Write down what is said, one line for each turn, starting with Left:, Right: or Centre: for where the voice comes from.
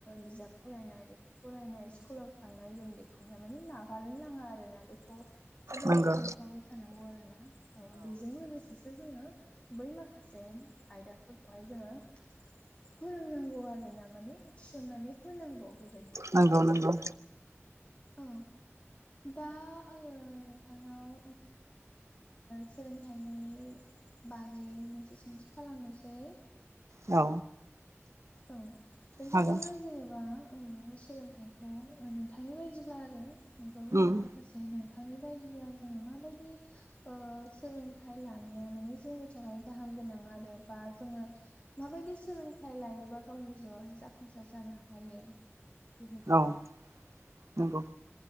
Left: बिजाब फरायनाय लेखा फरायनाय स्कुलाव थांनाय जों बेखौहाय माने नागारनो नाङा आरो ना बेखौ जेब्लायबो
Right: नंगौ
Left: हरफाबाय थानांगौ आरो ना औ बेजों लोगोसेसो जोङो बै माखसेम आयदाफोर खाय जोङो फोरोंनांगौ आरो ना माने थिसननानै होनांगौ बेबायदि
Right: नंगौ नंगौ
Left: औ दा आङो नोंथांनाव सोलोंथाइनि बागै मोनसे सोंथि खालामनोसै
Right: औ
Left: औ
Right: हागोन
Left: जोङो जेनेबा सोलोंथाइखौ नोंथांनि बायदिब्ला आरो आोंथ' बुंबाय
Right: उम
Left: माखासे नोंथ थांनि बायदिब्ला जोङो माबायदि सोलोंथाइ लानाया माने जोंनि थाखाय गाहाम गोनां आरो बा जोङो माबायदि सोलोंथाइ लायोबा गावनि जिउआवहाय जाफुंसार जानो हायो बेबायदि
Right: औ नंगौ